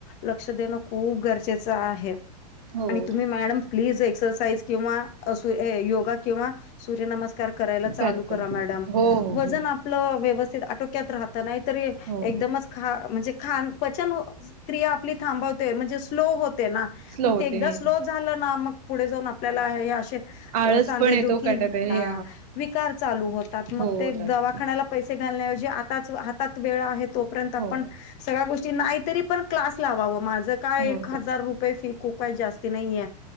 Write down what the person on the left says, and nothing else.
लक्ष देणं खूप गरजेचं आहे
आणि तुम्ही मॅडम प्लीज एक्सरसाइज किंवा अस योगा किंवा सूर्य नमस्कार करायला चालू
करा
मॅडम
वजन
आपलं व्यवस्थित आटोक्यात राह नाहीतरी
एकदम ख म्हणजे ख पचन क्रिया आपली थांबवते म्हणजे स्लो होते ना
मग
ते एकदा
स्लो झालं ना मग पुढे जाऊन आपल्याला असे
ध्यादुखी
विकार चालू होतात मग
ते
दवाखान्याला पैसे घालण्याऐवजी आता हातात वेळ आहे तोपर्यंत आपण
सगळ्या गोष्टी नाहीतरी पण क्लास लावावं माझं काय
एक हजार रुपये फी ख जास्ती नाहीये